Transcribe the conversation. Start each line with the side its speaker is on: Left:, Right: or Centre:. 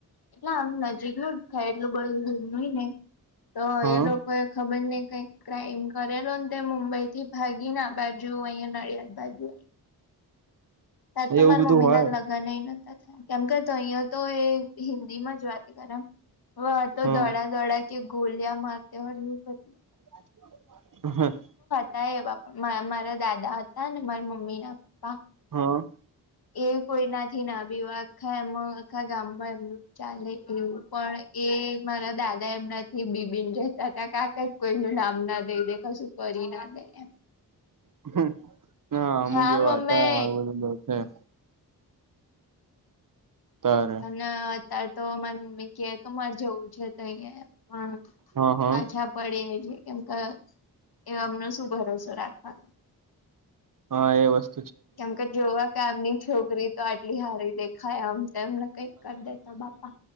Left: એટલે આમ નજીક હ થાયેલું બધુ <unintelligible> ની ને તો
Right: હા
Left: એ લોકો એ ખબર ની કઈક ક્રાઈમ કરેલોને તે મુંબઈ થી ભાગી ને આ બાજુ અહિયાં નડિયાદ બાજુ ત્યારે તો
Right: એવું
Left: મારા
Right: બધું
Left: મમ્મી
Right: હોય
Left: ના લગનેય નતા થયા કેમ કે તયા તો એ હિન્દી માં જ વાત કરે હુ હોત તો
Right: હા
Left: દોડા દોડા કે ગોલિયા મારતા <unintelligible>
Right: <unintelligible>
Left: <unintelligible> મારા દાદા હતા ને મારા મમ્મી ના પપ્પા
Right: હા
Left: એ કોઈ ના થી ના બિવાય આખા એમાં આખા ગામમાં એમનું ચાલે એવું પણ એ મારા દાદા એમનાથી બીબીન રહેતા હતા કાકા <unintelligible> કોઈ નુ નામ ના દઈ દે કશું કરી ના દે એમ
Right: <unintelligible> હમુગ
Left: હા
Right: એવા
Left: મમ્મી
Right: હતા હે તાર
Left: ન અત્યારે તો મારી મમ્મી ક્યાક મારે જવું છે તો અહીંયા પણ
Right: હા હા
Left: પાછા પડીયા કેમ કે એ અમનો શું ભરોસો રાખવાનો
Right: હા એ વસ્ત
Left: કેમ કે જોવા કે ગામની છોકરી તો આટલી હારી દેખાય આમ તેમને કંઈક કરી દે તો બાપા